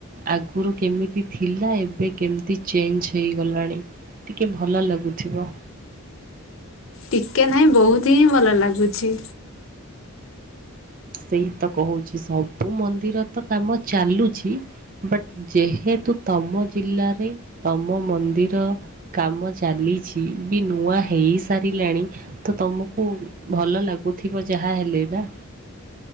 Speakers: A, on the right; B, on the left.
A: ଆଗରୁ କେମିତି ଥିଲା ଏବେ କେମିତି ଚେଞ୍ଜ ହେଇଗଲାଣି। ଟିକେ ଭଲ ଲାଗୁଥିବ।
B: ଟିକେ ହାଇଁ ବହୁତ ହିଁ ଭଲ ଲାଗୁଚି
A: ସେଇ ତ କହୁଛି ସବୁ ମନ୍ଦିର ତ କାମ ଚାଲୁଚି ବଟ୍ ଯେହେତୁ ତମ ଜିଲ୍ଲାରେ ତମ ମନ୍ଦିର କାମ ଚାଲିଛି ବି ନୂଆ ହେଇ ସାରିଲାଣି ତ ତମକୁ ଭଲ ଲାଗୁଥିବ ଯାହା ହେଲେ ନା।